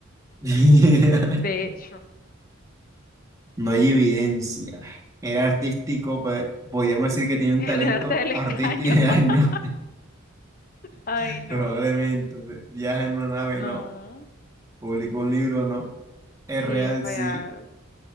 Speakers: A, on the right (about 15°); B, on the left (about 45°).
A: <laughs>
B: De hecho.
A: No hay evidencia. Era artístico, pe- podríamos decir que tiene
B: <laughs>
A: un
B: El
A: talento
B: arte del
A: artístico
B: engaño.
A: de
B: <laughs>
A: año,
B: Ay,
A: <laughs>
B: no.
A: probablemente. Viaja en una nave,
B: No.
A: no. Publicó un libro, ¿no? Es real,
B: Sí, es real.
A: sí.